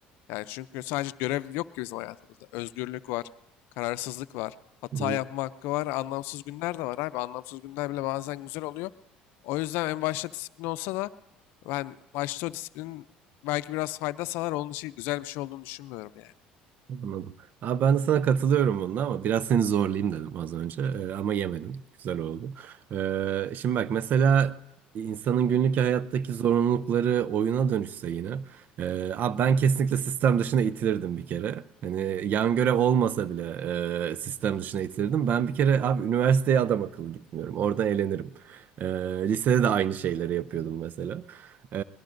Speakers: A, on the left; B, on the right.
A: Yani çünkü sadece görev yok ki bizim hayatımızda. Özgürlük var, kararsızlık var, hata
B: Hı.
A: yapma hakkı var, anlamsız günler de var abi. Anlamsız günler bile bazen güzel oluyor. O yüzden en başta disiplin olsa da ben başta o disiplinin belki biraz fayda sağlar. Onun için güzel bir şey olduğunu düşünmüyorum yani.
B: Anladım. Abi ben de sana katılıyorum bunda ama biraz seni zorlayayım dedim az önce. Ee, ama yemedin. Güzel oldu. Ee, şimdi bak mesela insanın günlük hayattaki zorunlulukları oyuna dönüşse yine. Ee, abi ben kesinlikle sistem dışına itilirdim bir kere. Hani yan görev olmasa bile e, sistem dışına itilirdim. Ben bir kere abi üniversiteye adam akıllı gitmiyorum. Orada eğlenirim. Ee, lisede de aynı şeyleri yapıyordum mesela. Ee,